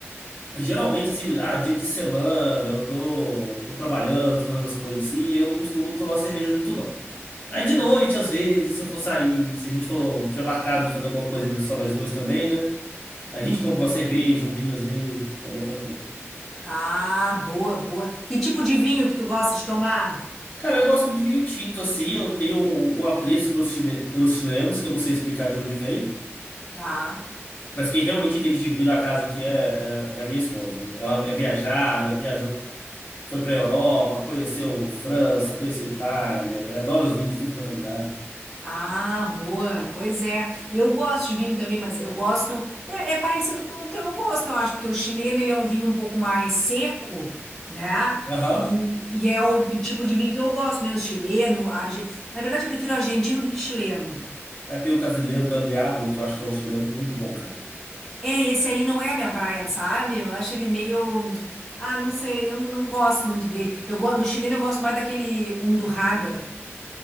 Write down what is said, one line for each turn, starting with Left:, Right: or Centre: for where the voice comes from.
Left: geralmente, assim, ah, dia de semana, eu tô, tô trabalhando, tô fazendo as coisas assim, e eu não costumo tomar cerveja junto, não. Aí, de
Centre: Ah.
Left: noite, às vezes, se eu for sair, se a gente for, tiver marcado de fazer alguma coisa só nós dois também, né? A gente
Centre: uhum.
Left: compra uma cerveja, um vinho, às vezes, toma também.
Centre: Ah, boa, boa. Que tipo de vinho que tu gosta de tomar?
Left: Cara, eu gosto muito de vinho tinto, assim, eu tenho um apreço pelos chile- pelos chilenos, que eu não sei explicar de onde vem.
Centre: Tá.
Left: Mas quem realmente entende de vinho na casa aqui é, é, é a minha esposa. Ela é viajada, viajou, foi pra Europa, conheceu França, conheceu Itália. adora os vinhos de tudo quanto é lugar.
Centre: Ah, boa. Pois é. Eu gosto de vinho também, mas eu gosto. É, é parecido com o teu gosto, eu acho, porque o chileno ele é um vinho um pouco mais seco, né?
Left: Aham.
Centre: E, e é o tipo de vinho que eu gosto mesmo, chileno, arge... Na verdade, eu prefiro argentino do que chileno.
Left: Aí Tem o Casileiro da Diablo, que eu acho que é um chileno muito bom, cara.
Centre: É, esse aí não é a minha praia, sabe? Eu acho ele meio. Ah, não sei, não, não gosto muito dele. Eu gosto do chileno, eu gosto mais daquele Undurraga.